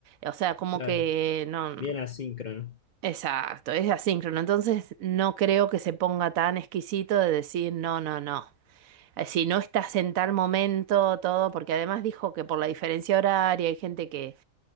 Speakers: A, on the right; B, on the left.
A: O sea, como
B: Claro.
A: que no.
B: Bien asíncrono,
A: Exacto, es asíncrono. Entonces no creo que se ponga tan exquisito de decir, no, no, no eh, si no estás en tal momento, todo, porque además dijo que por la diferencia horaria hay gente que